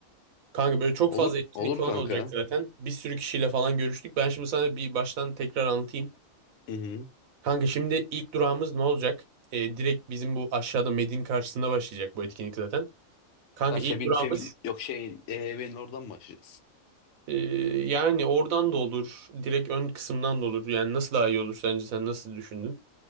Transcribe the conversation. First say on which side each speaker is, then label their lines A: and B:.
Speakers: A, on the right; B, on the left.
A: Kanka böyle çok
B: Olur
A: fazla etkinlik
B: olur
A: falan
B: kanka.
A: olacak zaten. Bir sürü kişiyle falan görüştük. Ben şimdi sana bir baştan tekrar anlatayım.
B: Hı hı.
A: Kanka şimdi ilk durağımız ne olacak? Ee, direkt bizim bu aşağıda Medin karşısında başlayacak bu etkinlik zaten. Kanka
B: Ya
A: ilk
B: Febin
A: durağımız
B: Febin yok şey EYB'nin oradan mı başlayacağız?
A: Ee, yani oradan da olur. Direkt ön kısımdan da olur. Yani nasıl daha iyi olur sence? Sen nasıl düşündün?